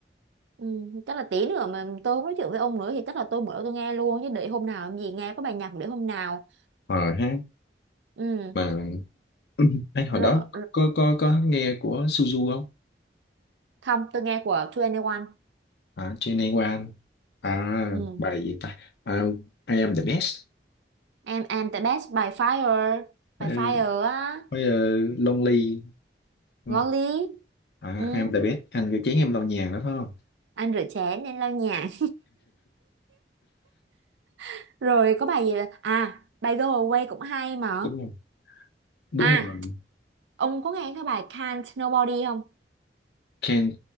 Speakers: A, on the right; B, on the left.
A: Ừm, chắc là tí nữa mà tôi không nói chuyện với ông nữa thì chắc là tôi mở tôi nghe luôn chứ để hôm nào làm gì nghe có bài nhạc để hôm nào
B: ờ ha
A: Ừm,
B: mà <laughs> <clears throat> ấy hồi
A: rồi,
B: đó có có có nghe của Suzu không
A: không tôi nghe của 2NE1
B: à Genewan à
A: Ừm,
B: bài gì ta à, I am the best
A: em em the best by fire
B: Ờ,
A: by fire á
B: với ờ, Lonely đúng
A: ngon
B: không?
A: lý
B: à
A: Ừm,
B: I am the best anh cái chén em lau nhà đó phải không
A: anh rửa chén nên lau nhà <laughs> rồi có bài gì là à bài go away cũng hay mà
B: đúng không đúng
A: à
B: rồi
A: ông có nghe cái bài can't nobody không
B: Can